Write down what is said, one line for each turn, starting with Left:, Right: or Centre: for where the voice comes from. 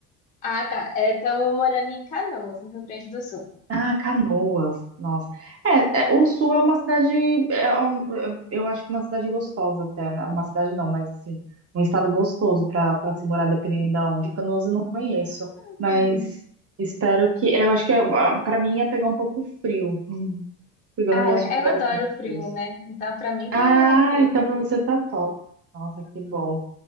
Left: Ah, tá. Estamos morando em Canoas, no Rio Grande do Sul.
Right: Ah, Canoas. Nossa. É, é, o Sul é uma cidade. é é um- é, eu acho que é uma cidade gostosa até, né? Uma cidade não, mas assim, um estado gostoso para para se morar, dependendo da onde. Canoas eu não conheço,
Left: Aham.
Right: mas espero que. é, Eu acho que para mim ia pegar um pouco frio, Hum. porque
Left: Ah,
Right: eu não gosto
Left: eu eu
Right: de lugares
Left: adoro
Right: muito
Left: frio,
Right: frios.
Left: né? Então, pra mim
Right: Ah,
Left: tá maravilhoso.
Right: então pra você tá top. Nossa, que bom.